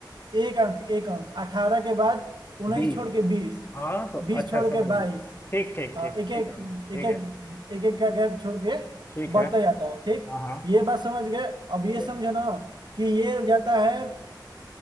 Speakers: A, on the right; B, on the left.
A: एक अंक एक अंक अठारह के बाद उन्नीस
B: बीस
A: छोड़ के बीस
B: हाँ तो
A: बीस
B: अच्छा
A: छोड़
B: समझ
A: के बाईस
B: गई ठीक ठीक
A: हाँ,
B: ठीक
A: एक एक
B: ठीक है ठीक
A: एक एक
B: है
A: एक एक का गैप छोड़ के
B: ठीक
A: बढ़ता
B: है
A: जाता है ठीक
B: हाँ हाँ
A: ये बात समझ गए अब ये
B: ठीक
A: समझो ना कि ये जाता है